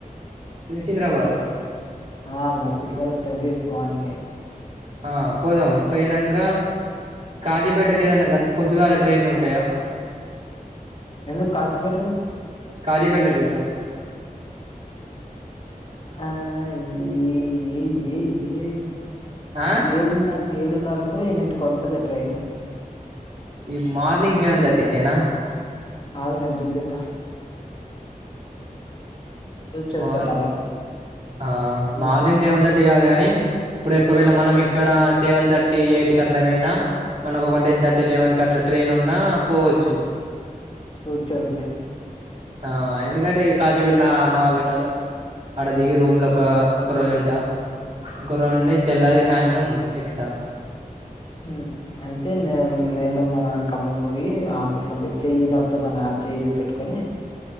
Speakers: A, on the right (about 45°); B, on the left (about 35°).
A: సికింద్రాబాద్
B: ఆ మరి సికింద్రాబాద్ కైతే మార్నింగే
A: ఆ పోదాం పోయినాంక కాజీపేటకి ఏదన్నా గంత పొద్దుగాల ట్రైన్లు ఉంటయా
B: ఎందుకి కాచిపేటను
A: కాజీపేటలో దిగుతాం
B: ఆ ఏ ఏ ఏ ఏ
A: ఆ
B: ఏడున్న ఏడున్నరకో ఎన్నింటికో ఉంటది ట్రైన్
A: ఈ మార్నింగ్ సెవెన్ తర్టీకేనా
B: ఆగు నేను చూసి చెబుతా చెప్తాలే
A: మార్
B: తర్వాతకి
A: ఆ మార్నింగ్
B: ఉమ్
A: సెవెన్ థర్టీ కాదు కాన్ నే ఇప్పుడు ఎక్కువేళ మనం ఇక్కడ సెవెన్ థర్టీ ఎయిట్ కి అట్లా పోయినా మనకు ఒక టెన్ థర్టీ లెవెన్ కి అట్లా ట్రైన్ ఉన్నా పోవచ్చు
B: సూ చౌతులే
A: ఆ ఎందుకంటే ఇగ కాజీపేటల అన్నవాళ్ళు న్నారు ఆడ దిగి రూమ్ లో ఒక ఒక రోజు ఉంటా ఒక రోజు ఉండి తెల్లాలి సాయంత్రం ఎక్కుతా
B: ఉమ్ అంటే నే నేను మన కమ్మం పోయి హాస్పిటల్ పో చెయ్యి నత్తదన చేయి చూపెట్టుకొని